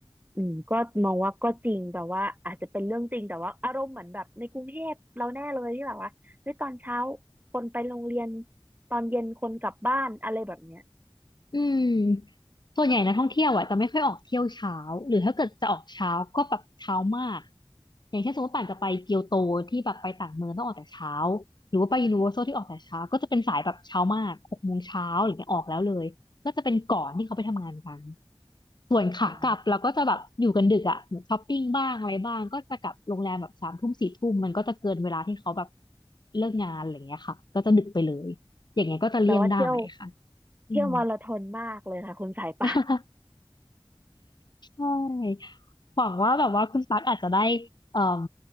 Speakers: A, on the right; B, on the left.
A: อืมก็มองว่าก็จริงแต่ว่าอาจจะเป็นเรื่องจริงแต่ว่าอารมณ์เหมือนแบบในกรุงเทพเราแน่เลยที่แบบว่าเฮ้ยตอนเช้าคนไปโรงเรียนตอนเย็นคนกลับบ้านอะไรแบบเนี้ย
B: อืมส่วนใหญ่นักท่องเที่ยวอ่ะจะไม่ค่อยออกเที่ยวเช้าหรือถ้าเกิดจะออกเช้าก็แบบเช้ามากอย่างเช่นสมมติป่านจะไปเกียวโตที่แบบไปต่างเมืองต้องออกแต่เช้าหรือว่าไปยูนิเวอร์แซลที่ออกแต่เช้าก็จะเป็นสายแบบเช้ามากหกโมงเช้าหรือเนี่ยออกแล้วเลยก็จะเป็นก่อนที่เขาไปทำงานกันส่วนขากลับเราก็จะแบบอยู่กันดึกอ่ะเหมือนช้อปปิ้งบ้างอะไรบ้างก็จะกลับโรงแรมแบบสามทุ่มสี่ทุ่มมันก็จะเกินเวลาที่เขาแบบ
A: อ๋อ
B: เลิกงานอะไรอย่างเงี้ยค่ะก็จะดึกไปเลยอย่างเงี้ยก็จะเลี่ยงได้ค่ะ
A: แปลว่าเที่ยวเที่ยวมาราธอนมากเลยค่ะคุณสายป่าน
B: อืม <laughs> ใช่หวังว่าแบบว่าคุณตั๊กอาจจะได้เอ่ม